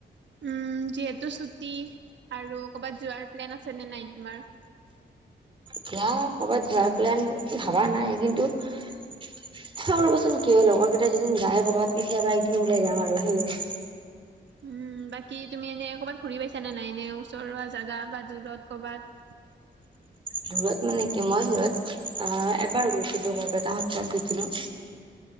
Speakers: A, on the right; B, on the right.
A: উম' যিহেতু ছুটি আৰু ক'ৰবাত যোৱাৰ প্লেন আছে নে নাই তোমাৰ?
B: সেইয়া কৰ'বাত যোৱাৰ প্লেন ভবা নাই কিন্তু। চাওঁ ৰবাচোন কি হয় লগৰ কেইটাই এইকেইদিন যায় কৰ'বাত, কেতিয়াবা এদিন ওলাই যাম আৰু সেইয়ে।
A: উম, বাকী তুমি এনেই ক'ৰবাত ঘূৰি পাইছানে নাই এনে ওচৰৰ জেগা বা দূৰত ক'ৰবাত?
B: দূৰত মানে কি মই সিহঁত অ, এবাৰ গৈছিলোঁ, বৰপেটা সত্ৰত গৈছিলোঁ।